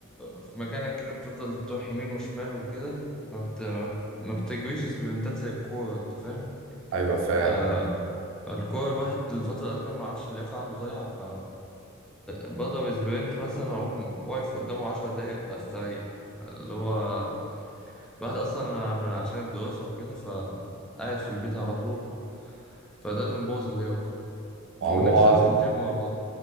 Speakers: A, in the centre; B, on the right.
A: في مكانك كده بتفضل تروح يمين وشمال وكده ما, بت... ما بت- ما بتجريش سبرنتات زي الكورة أنت فاهم؟
B: ايوه فاهم
A: آه الكورة الواحد الفترة الأخيرة ما عرفش اللياقة عنده ضايعة ف بضرب سبرنت مثلا أقوم واقف قدامه عشر دقايق أستريح اللي هو الواحد أصلا عشان الدراسة وكده فقاعد في البيت على طول فده اللي مبوظ اللياقة
B: وهو
A: ونفسي أنزل الجيم والله